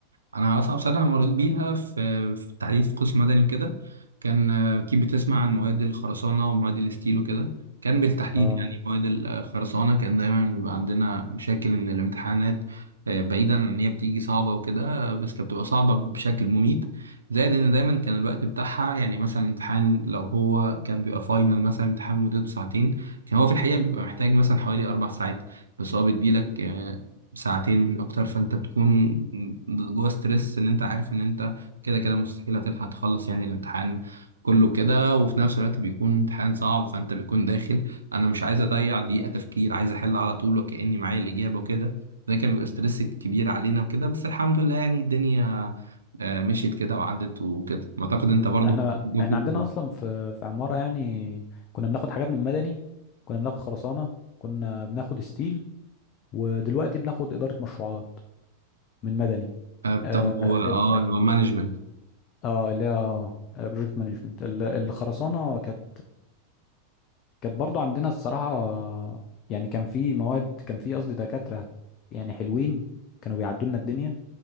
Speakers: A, on the right (about 75°); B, on the left (about 35°).
A: انا اصعب سنه مريت بيها في في التحديد في قسم مدني وكده كان آه، اكيد بتسمع عن مواد الخرسانه ومواد الستيل وكده كان بالتحديد
B: اه
A: يعني مواد الخرسانه كان دايما بيبقى عندنا مشاكل ان الامتحانات آه، بعيدا ان هي بتيجي صعبه وكده آه، بس كانت بتبقى صعبه بشكل مميت زائد ان دايما كان الوقت بتاعها يعني مثلا امتحان لو هو كان بيبقى فاينل مثلا امتحان مدته ساعتين كان هو في الحقيقه بيبقى محتاج مثلا حوالي اربع ساعات بس هو بيديلك آه، ساعتين مش اكتر فانت بتكون جوه ستريس ان انت عارف ان انت كده كده مستحيل هتلحق تخلص يعني الامتحان كله كده وفي نفس الوقت بيكون امتحان صعب فانت بيكون داخل انا مش عايز اضيع دقيقة تفكير عايز احل على طول وكأني معايا الإجابة وكده ده كان بيبقى ستريس كبير علينا وكده بس الحمد لله يعني الدنيا آه، مشيت كده وعدت وكده اعتقد انت برضو
B: احنا
A: كنت عندكم
B: احنا عندنا اصلا في في عماره يعني كنا بناخد حاجات من مدني كنا بناخد خرسانه كنا بناخد ستيل ودلوقتي بناخد اداره مشروعات من مدني
A: آه، بتاخدوا
B: اه ال-
A: اه اللي هو مانجمنت
B: اه اللي هي اه بروجكت مانجمنت الخرسانه كانت كانت برضو عندنا الصراحه يعني كان في مواد كان في قصدي دكاتره يعني حلوين كانوا بيعدوا لنا الدنيا